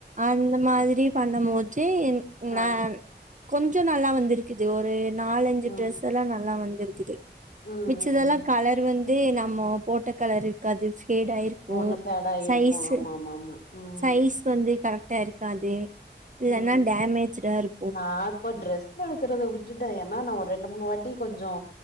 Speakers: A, on the right; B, on the left.
A: அந்த மாதரி பண்ணும் போது என்
B: ஆ
A: நா கொஞ்சோ நல்லா வந்திருக்குது ஒரு நாலஞ்சு
B: ம்
A: டிரஸ் எல்லா நல்லா வந்துருக்குது
B: ம்
A: மிச்சதெல்லா
B: ம் ம்
A: கலர் வந்து நம்ம போட்ட கலர் இருக்காது ஃபேட் ஆயிரு க்கு
B: ஒண்ணு ஃபேடாயி
A: சைஸ்ஸு
B: இருக்கு ஆமா ஆமா ஆமா ம்
A: சைஸ் வந்து கரெக்ட் டா இருக்காது இல்லன்னா
B: ம்
A: டேமேஜூடா இரு
B: நா இப்ப ட்ரஸ் எடுக்கறத விட்டுட்ட ஏன்னா நா ஒரு ரெண்டு மூணு வாட்டி கொஞ்சோ